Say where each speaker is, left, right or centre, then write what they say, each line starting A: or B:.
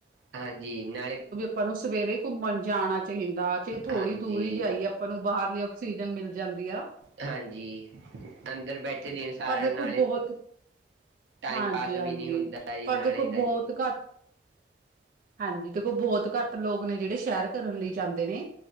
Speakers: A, on the right (about 90°); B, on the right (about 50°).
A: ਹਾਂਜੀ ਨਾਲੇ
B: ਤੁਹਾਨੂੰ ਨੂੰ ਸਵੇਰੇ ਘੁੰਮਣ ਜਾਣਾ ਚਾਹੀਦਾ ਥੋੜ੍ਹੀ
A: ਹਾਂਜੀ
B: ਦੂਰ ਈ ਜਾਈਏ ਆਪਾਂ ਨੂੰ ਬਾਹਰਲੀ ਆਕਸੀਜ਼ਨ ਮਿਲ ਜਾਂਦੀ ਆ‌।
A: ਹਾਂਜੀ ਅੰਦਰ ਬੈਠੇ ਦਿਨ ਸਾਰਿਆਂ
B: ਪਰ ਦੇਖੋ
A: ਨਾਲੇ
B: ਬਹੁਤ
A: ਟਾਈਮ
B: ਹਾਂਜੀ-ਹਾਂਜੀ
A: ਪਾਸ ਵੀ ਨਹੀਂ ਹੁੰਦਾ ਜੀ
B: ਪਰ
A: ਨਾਲੇ
B: ਦੇਖੋ
A: ਦਾ
B: ਬਹੁਤ
A: ਜੀ
B: ਘੱਟ ਹਾਂਜੀ ਦੇਖੋ ਬਹੁਤ ਘੱਟ ਲੋਕ ਨੇ ਜੇੜੇ ਸੈਰ ਕਰਨ ਲਈ ਜਾਂਦੇ ਨੇ।